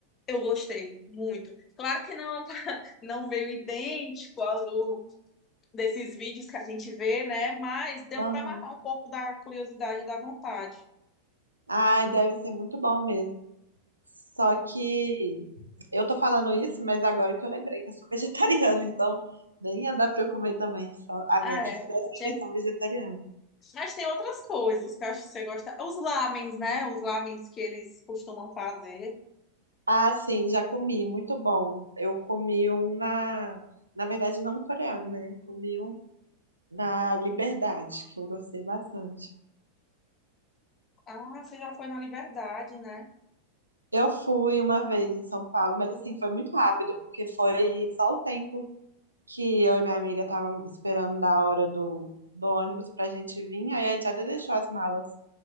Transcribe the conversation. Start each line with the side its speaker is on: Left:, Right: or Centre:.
Left: Eu gostei muito. Claro que não, <laughs> não veio idêntico ao do, desses vídeos que a gente vê, né? Mas deu
Right: Aham.
Left: para matar um pouco da curiosidade e da vontade.
Right: Ai, deve ser muito bom mesmo. Só que eu tô falando isso, mas agora que eu lembrei que eu sou <laughs> vegetariana, então nem ia dar pra eu comer também, só, a
Left: Ah,
Right: menos
Left: é.
Right: que fizesse
Left: Tinha-
Right: a versão vegetariana.
Left: Mas tem outras coisas que eu acho que você gosta. Os lamens, né? Os lamens que eles costumam fazer.
Right: Ah, sim, já comi, muito bom. Eu comi um na. Na verdade, não coreano, né? Comi um na Liberdade, que eu gostei bastante.
Left: Ah, você já foi na Liberdade, né?
Right: Eu fui uma vez em São Paulo, mas assim, foi muito rápido, porque foi só o tempo que eu e minha amiga estávamos esperando da hora do, do ônibus pra gente vir. Aí a Jada deixou as malas